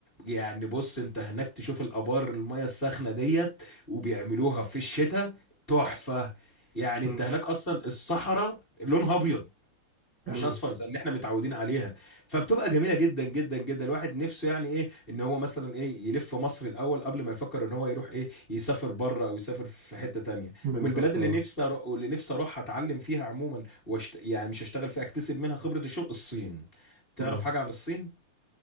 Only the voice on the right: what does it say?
مم.
تمام
بالظبط
اه
مم.